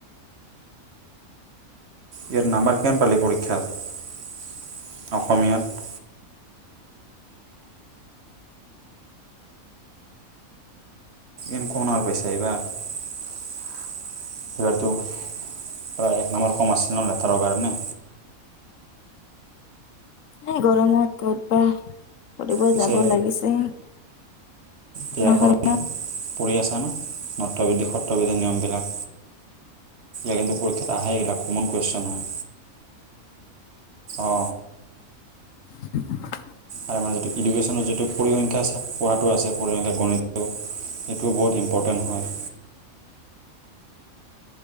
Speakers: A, on the right; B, on the left.
A: ইয়াত নাম্বাৰ কিমান পালি পৰীক্ষাত অসমীয়াত ইনকনাৰ পাইচা এইবাৰ এইবাতো প্ৰায় এক নম্বৰ কম আছিল ন লেটাৰৰ কাৰণে
B: সেই গৰমত কত বা ফুৰিব
A: পিছে
B: যাব লাগিছে
A: ব্যাকৰণ
B: উম
A: পঢ়ি আছা ন নট্ববিধি সত্ৰবিধিৰ নিয়মবিলাক এই কিন্তু পৰীক্ষাত আহেই গিলা কমন কুৱেশন হয়। অ
B: <inaudible>
A: আৰু আমাৰ যিটো ইডুকেচনৰ যিটো পৰিসংখ্যা পঢ়াটো আছে পৰিসংখ্যা গণিতটো সেইটোও বহুত ইম্পৰ্টেণ্ট হয়